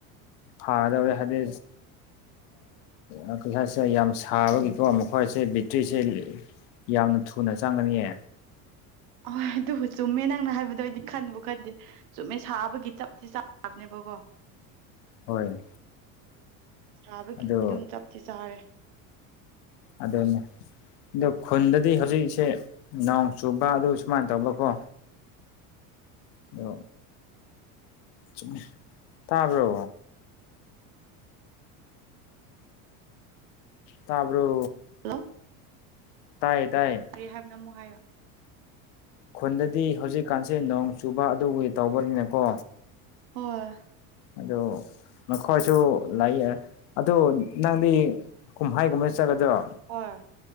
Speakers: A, on the left; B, on the right.
A: ꯐꯥꯒꯗꯧꯔꯦ ꯍꯥꯏꯗꯤ ꯑ ꯀꯔꯤ ꯍꯥꯏꯁꯤꯔ ꯌꯥꯝ ꯁꯥꯕꯒꯤꯀꯣ ꯃꯈꯣꯏꯁꯦ ꯕꯦꯠꯇ꯭ꯔꯤꯁꯦ ꯌꯥꯝꯅ ꯊꯨꯅ ꯆꯪꯒꯅꯤꯌꯦ
B: ꯑꯍꯣꯏ ꯑꯗꯨꯕꯨ ꯆꯨꯝꯃꯦ ꯅꯪꯅ ꯍꯥꯏꯕꯗꯣ ꯑꯣꯏꯗꯤ ꯈꯟꯕꯨ ꯈꯟꯗꯦ ꯆꯨꯝꯃꯦ ꯁꯥꯕꯒꯤ ꯆꯞꯇꯤ ꯆꯥꯕꯅꯦꯕꯀꯣ
A: ꯍꯣꯏ
B: ꯁꯥꯕꯒꯤ
A: ꯑꯗꯨ
B: ꯑꯗꯨꯝ ꯆꯞꯇꯤ ꯆꯥꯔꯦ
A: ꯑꯗꯨꯅꯦ ꯑꯗꯨ ꯈꯨꯟꯗꯗꯤ ꯍꯧꯖꯤꯛꯁꯦ ꯅꯣꯡ ꯆꯨꯕ ꯑꯗꯨ ꯁꯨꯃꯥꯏꯅ ꯇꯧꯕꯀꯣ ꯗꯣ ꯆꯨꯝꯃꯦ ꯇꯕꯔꯣ ꯇꯕꯔꯣ
B: ꯍꯜꯂꯣ
A: ꯇꯥꯏꯌꯦ ꯇꯥꯏꯌꯦ
B: ꯀꯔꯤ ꯍꯥꯏꯕꯅꯣ ꯑꯃꯨꯛ ꯍꯥꯏꯌꯣ
A: ꯈꯨꯟꯗꯗꯤ ꯍꯧꯖꯤꯛꯀꯥꯟꯁꯦ ꯅꯣꯡ ꯆꯨꯕ ꯑꯗꯨꯒꯤ ꯇꯧꯕꯅꯤꯅꯀꯣ
B: ꯍꯣꯏ
A: ꯑꯗꯨ ꯅꯈꯣꯏꯁꯨ ꯂꯥꯛꯌꯦ ꯑꯗꯨ ꯅꯪꯗꯤ ꯀꯨꯝꯍꯥꯏ ꯀꯨꯝꯍꯩ ꯆꯠꯂꯗ꯭ꯔꯣ
B: ꯍꯣꯏ